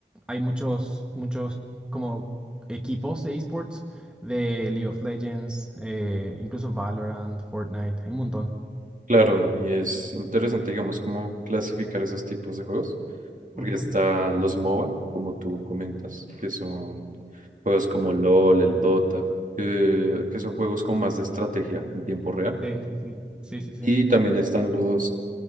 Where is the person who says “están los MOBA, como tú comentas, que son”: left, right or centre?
Right